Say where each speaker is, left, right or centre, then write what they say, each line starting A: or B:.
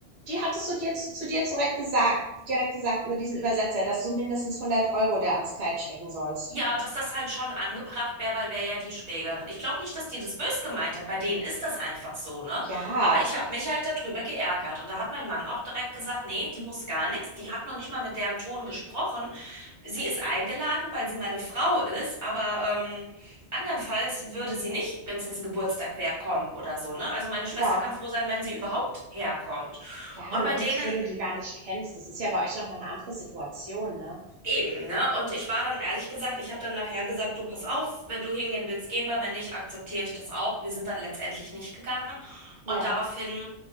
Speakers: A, on the right (about 70°); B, on the right (about 85°).
A: die hattest du dir zu, zu dir direkt gesagt, direkt gesagt über diesen Übersetzer, dass du mindestens hundert Euro da ans Kleid stecken sollst.
B: Ja, dass das halt schon angebracht wäre, weil wäre ja die Schwägerin. Ich glaube nicht, dass die das bös gemeint hat. Bei denen ist das einfach so, ne?
A: Ja,
B: Aber ich habe mich halt darüber geärgert. Und da hat mein Mann auch direkt gesagt, nee, die muss gar nichts. Die hat noch nicht mal mit deren Ton gesprochen. Sie ist eingeladen, weil sie meine Frau ist. Aber ähm, andernfalls würde sie nicht, wenn es jetzt ein Geburtstag wäre, kommen oder so, ne? Also meine Schwester
A: ja,
B: kann froh sein, wenn sie überhaupt herkommt.
A: ja,
B: Und
A: noch
B: bei
A: dazu,
B: denen
A: wo du die gar nicht kennst. Das ist ja bei euch nochmal eine andere Situation, ne?
B: Eben, ne? Und ich war dann ehrlich gesagt, ich habe dann nachher gesagt, du pass auf, wenn du hingehen willst, gehen wir, wenn nicht, akzeptiere ich das auch. Wir sind dann letztendlich nicht gegangen.
A: Ja.
B: Und daraufhin